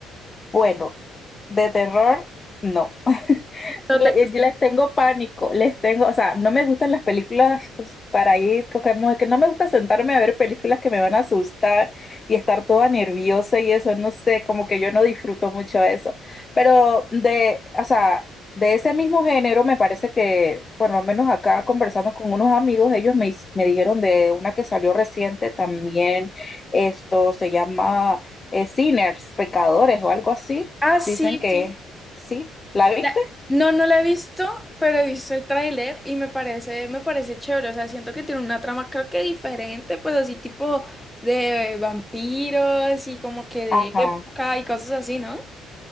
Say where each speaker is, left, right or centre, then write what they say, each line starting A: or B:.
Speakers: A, on the left; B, in the centre.
A: Bueno, de terror, no. <laughs>
B: No
A: Le-
B: te-
A: yo les tengo pánico, les tengo, o sea, no me gustan las películas pues, para ir, co- como que no me gusta sentarme a ver películas que me van a asustar y estar toda nerviosa y eso, no sé, como que yo no disfruto mucho eso. Pero de, o sea, de ese mismo género me parece que, por lo menos acá conversando con unos amigos, ellos me, his- me dijeron de una que salió reciente también, esto se llama... eh, sinners, pecadores o algo así.
B: Ah, sí,
A: Dicen que
B: sí.
A: sí. ¿La viste?
B: La- No, no la he visto, pero he visto el tráiler y me parece, me parece chévere. O sea, siento que tiene una trama creo que diferente, pues así tipo de vampiros y como que de
A: Ajá.
B: época y cosas así, ¿no?